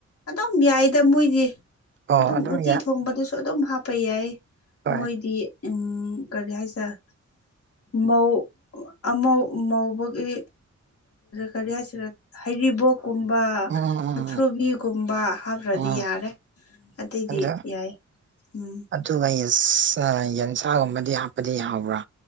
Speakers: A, on the left; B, on the right.
A: ꯑꯗꯨꯝ ꯌꯥꯏꯗ ꯃꯣꯏꯗꯤ
B: ꯑꯣ
A: ꯑꯗꯨꯝ ꯎꯇꯤ
B: ꯌꯥꯏ
A: ꯊꯣꯡꯕꯗꯨꯁꯨ ꯑꯗꯨꯝ ꯍꯥꯞꯄ ꯌꯥꯏ
B: ꯍꯣꯏ
A: ꯃꯣꯏꯗꯤ ꯎꯝ ꯀꯔꯤ ꯍꯥꯏꯁꯦꯔ ꯃꯧ ꯑꯃꯧ ꯃꯧꯕꯒꯤ ꯀꯔꯤ ꯍꯥꯏꯁꯤꯔ ꯍꯩꯔꯤꯕꯣꯛ ꯀꯨꯝꯕ
B: ꯎꯝ ꯎꯝ
A: ꯃꯨꯊ꯭ꯔꯨꯕꯤ
B: ꯎꯝ
A: ꯒꯨꯝꯕ ꯍꯥꯞꯄ꯭ꯔꯗꯤ
B: ꯎꯝ
A: ꯌꯥꯔꯦ ꯑꯇꯩꯗꯤ
B: ꯑꯗ
A: ꯌꯥꯏ ꯎꯝ
B: ꯑꯗꯨꯒ ꯌꯦꯁ ꯑ ꯌꯦꯟꯁꯥꯡ ꯑꯃꯗꯤ ꯍꯥꯞꯄꯗꯤ ꯌꯥꯎꯕ꯭ꯔꯥ